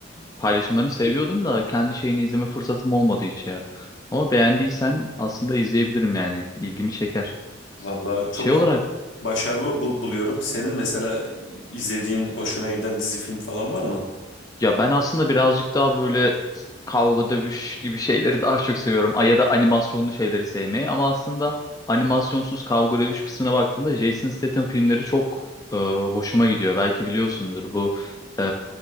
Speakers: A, on the left; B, on the left.
A: paylaşımlarını seviyordum da kendi şeyini izleme fırsatım olmadı hiç ya. Ama beğendiysen aslında izleyebilirim yani. İlgimi çeker.
B: Vallahi çok
A: Şey olarak
B: ko- başarılı bul- buluyorum. Senin mesela izlediğin hoşuna giden dizi film falan var mı?
A: Ya ben aslında birazcık daha böyle kavga dövüş gibi şeyleri daha çok seviyorum. Ay Ya da animasyonlu şeyleri sevmeyi. Ama aslında animasyonsuz kavga dövüş kısmına baktığımda Jason Statham filmleri çok e, hoşuma gidiyor. Belki biliyorsundur bu e,